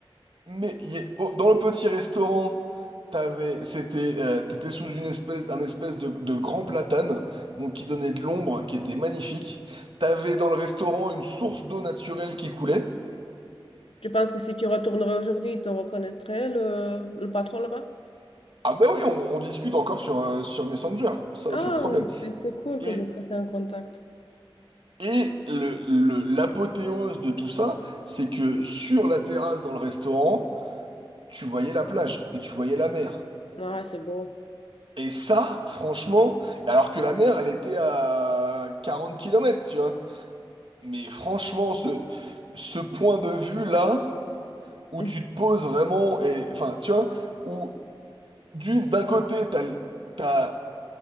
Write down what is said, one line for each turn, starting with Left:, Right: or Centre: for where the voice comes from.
Right: Mais il y a- oh, dans le petit restaurant, t'avais, c'était, euh, t'étais sous une espèce, un espèce de, de grand platane, donc qui donnait de l'ombre, qui était magnifique. T'avais dans le restaurant une source d'eau naturelle qui coulait.
Left: Tu penses que si tu retournerais aujourd'hui, ils te reconnaîtraient le, le patron là-bas?
Right: Ah bah oui, on, on discute encore sur, euh, sur Messenger, ça
Left: Ah,
Right: aucun problème.
Left: c'est c'est cool
Right: Et,
Left: que vous êtes restés en contact.
Right: et le, le- l'apothéose de tout ça, c'est que sur la terrasse dans le restaurant, tu voyais la plage et tu voyais la mer.
Left: Ah, c'est beau.
Right: Et ça, franchement, alors que la mer, elle était à 40 kilomètres, tu vois. Mais franchement, ce, ce point de vue-là, où
Left: <laughs>
Right: tu te poses vraiment, et, enfin, tu vois, où du- d'un côté, t'as, l- t'as